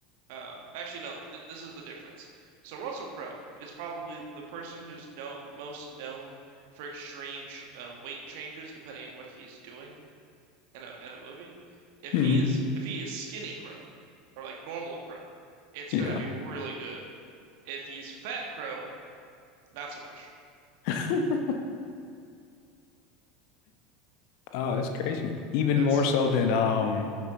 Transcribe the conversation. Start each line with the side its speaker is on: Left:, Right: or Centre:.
Right: Um, actually, no, th this is the difference. So Russell Crowe is probably the person who's no most known for extreme ch uh, weight changes depending on what he's doing in a in a movie. If
Left: hmm
Right: he is if he is skinny Crow or like normal Crow, it's
Left: Yeah.
Right: gonna be really good. If he's fat Crow not so much.
Left: <laughs> Oh, that's crazy. Even
Right: That's
Left: more so than um